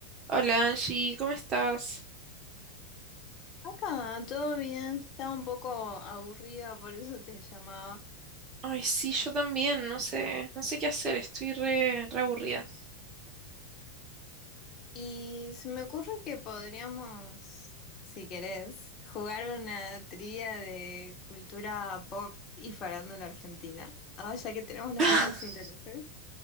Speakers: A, on the right; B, on the left.
A: Hola Angie, ¿cómo estás?
B: Acá, todo bien, estaba un poco aburrida, por eso te llamaba.
A: Ay, sí, yo también, no sé, no sé qué hacer, estoy re, re aburrida.
B: Y se me ocurre que podríamos, si querés, jugar una trivia de cultura pop y farándula argentina. Ahora ya que tenemos los
A: <laughs>
B: mismos intereses.